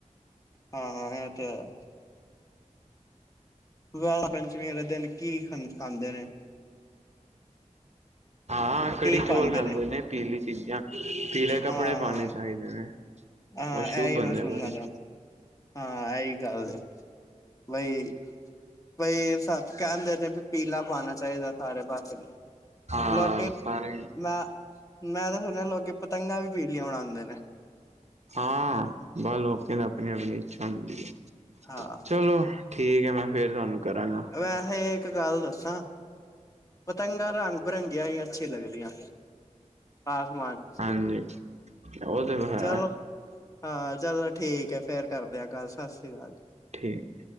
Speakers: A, on the left (about 25°); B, on the right (about 60°).
A: ਹਾਂ-ਹਾ ਇਹ ਤੇ ਹੈ। ਵਹ ਪੰਚਮੀ ਵਾਲੇ ਦਿਨ ਕੀ ਖ ਖਾਂਦੇ ਨੇ।
B: ਹਾਂ, ਕੜੀ
A: ਕੀ
B: ਚੋਲ
A: ਪਾਉਂਦੇ
B: ਖਾਂਦੇ ਨੇ, ਪੀਲੀ ਚੀਜ਼ਾਂ, ਪੀਲੇ ਕੱਪੜੇ
A: ਹਾਂ
B: ਪਾਂਣੇ ਚਾਹੀਦੇ ਨੇ।
A: ਹਾਂ
B: ਉਹ ਸ਼ੂ
A: ਇਹੀ
B: ਬਣ
A: ਮੈਂ
B: ਦੇ
A: ਸੁਣਨਾ
B: ਵੜੇ
A: ਚਾਹੁੰਦਾ ਹਾਂ, ਆਈ ਗੱਲ ਏ, ਬਈ, ਬਈ ਸਾ ਕਹਿੰਦੇ ਨੇ ਵੀ ਪੀਲਾ ਪਾਉਣਾ ਚਾਹੀਦਾ ਸਾਰੇ ਪਾਸੇ।
B: ਹਾਂ
A: ਲੋਕੀਂ
B: ਸਾਰੇ
A: ਮੈਂ-ਮੈਂ ਤਾਂ ਸੁਣਿਆਂ ਲੋਕੀਂ ਪਤੰਗਾਂ ਵੀ ਪੀਲੀਆਂ ਓਡਾਂਦੇ ਨੇ
B: ਹਾਂ ਬੱਸ ਲੋਕਾਂ ਦੀ ਆਪਣੀ-ਆਪਣੀ ਇੱਛਾ ਹੁੰਦੀ ਐ
A: ਹਾਂ
B: ਚਲੋ ਠੀਕ ਐ ਮੈਂ ਫ਼ੇਰ ਤੁਹਾਨੂੰ ਕਰਾਂਗਾ।
A: ਵੈਸੇ ਇੱਕ ਗੱਲ ਦੱਸਾਂ ਪਤੰਗਾਂ ਰੰਗ ਬਿਰੰਗੀਆਂ ਈ ਅੱਛੀ ਲੱਗਦੀਆਂ ਆਸਮਾਨ
B: ਹਾਂਜੀ ਉਹ ਤੇ ਹੈ
A: ਚਲੋ ਹਾਂ, ਚਲੋ ਠੀਕ ਐ, ਫ਼ੇਰ ਕਰਦੇ ਆਂ ਗੱਲ ਸਸ੍ਰੀ ਕਾਲ ਜੀ।
B: ਠੀਕ